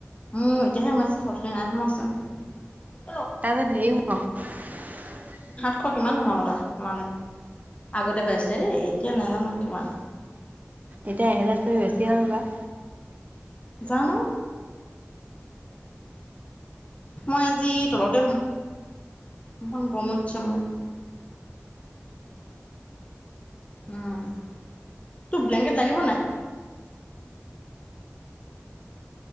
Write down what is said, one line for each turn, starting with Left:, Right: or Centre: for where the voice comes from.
Left: মোৰ এতিয়াহে সোমাইছে <unintelligible> নাই সোমোৱা হৈছিলে নহয়।
Right: তাৰ যে ধেৰ <unintelligible>
Left: অহ, কিমান সোমাব তাৰ সোমালে? আগতে হৈ আছে দেই এতিয়া নাজানো কিমান।
Right: এতিয়া এহেজাৰতকৈ বেছি হ'ল পায়।
Left: জানো। মই আজি তলতে শুম ইমান গৰম উঠছে মোৰ। <inaudible> উম, <inaudible> তোক ব্লেংকেট লাগিব নাই?